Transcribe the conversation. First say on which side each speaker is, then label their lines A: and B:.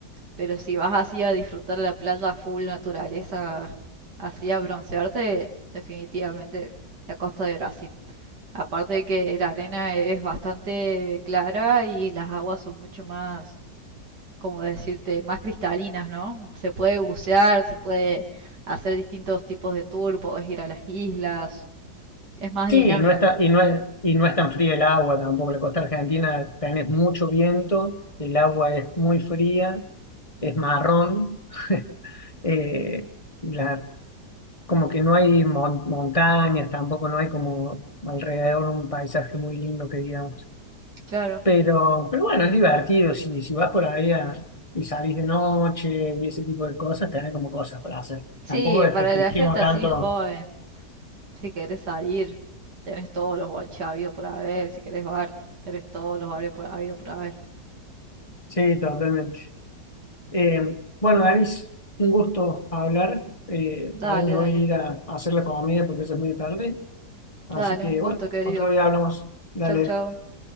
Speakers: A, on the right; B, on the left.
A: Pero si vas así a disfrutar la playa full naturaleza, así a broncearte, definitivamente la costa de Brasil. Aparte de que la arena es bastante clara y las aguas son mucho más como decirte, más cristalinas, ¿no? Se puede bucear, se puede hacer distintos tipos de tour, podés ir a las islas, es más
B: Sí,
A: dinámico.
B: no está, y no es, y no es tan fría el agua tampoco. La costa argentina tenés mucho viento, el agua es muy fría, es marrón. <laughs> eh, la- como que no hay mon- montañas, tampoco no hay como alrededor un paisaje muy lindo que digamos.
A: Claro.
B: Pero, pero bueno, es divertido. Si, si vas por ahí a- y salís de noche y ese tipo de cosas, tenés como cosas para hacer.
A: Sí,
B: Tampoco desprestigiemos
A: para la gente así
B: tanto.
A: joven, si querés salir, tenés todos los boliches habidos por haber, si querés bar, tenés todos los bares por habido por haber.
B: Sí, totalmente. Eh, bueno, Danis, un gusto hablar. Eh,
A: Dale,
B: ahora me
A: dale,
B: voy a ir a, a hacer la comida porque ya es muy tarde. Así
A: dale,
B: que,
A: un gusto,
B: bueno,
A: querido.
B: otro día hablamos. Dale,
A: Chau, chau.